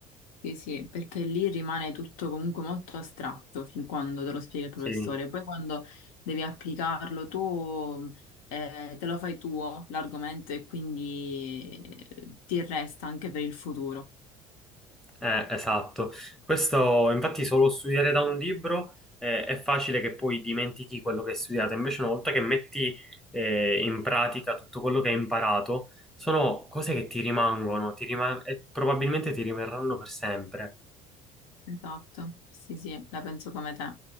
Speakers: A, on the left; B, in the centre.
A: Sì, sì, perché lì rimane tutto comunque molto astratto fin quando te lo spiega il professore.
B: Sì,
A: Poi quando devi applicarlo tu, eh, te lo fai tuo l'argomento e quindi eh, ti resta anche per il futuro.
B: eh, esatto. Questo, infatti, solo studiare da un libro eh, è facile che poi dimentichi quello che hai studiato. Invece, una volta che metti eh, in pratica tutto quello che hai imparato, sono cose che ti rimangono, ti rima- e probabilmente ti rimarranno per sempre.
A: Esatto, sì, sì, la penso come te.